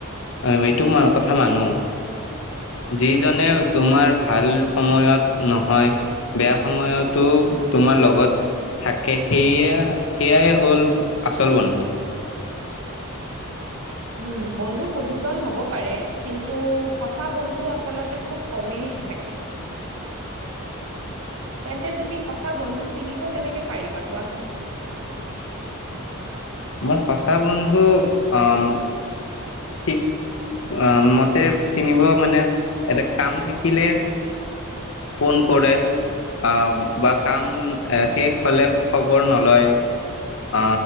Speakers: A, on the left; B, on the right.
A: আমিটো, মই কথা মানো। যিজনে তোমাৰ ভাল সময়ত নহয়, বেয়া সময়তো তোমাৰ লগত থাকে, সেয়া, সেয়াই হ'ল আচল বন্ধু।
B: উম, বন্ধু বহুজন হ'ব পাৰে কিন্তু, সঁচা বন্ধু আচলতে খুব কমেই থাকে। তেন্তে, তুমি সঁচা বন্ধু চিনিব কেনেকৈ পাৰিবা, কোৱাচোন?
A: মই সঁচা বন্ধু, আম, ঠিক আ, মতে চিনিব মানে, এটা কাম থাকিলে ফোন কৰে আ, বা কাম শেষ হ'লে, খবৰ নলয়, আ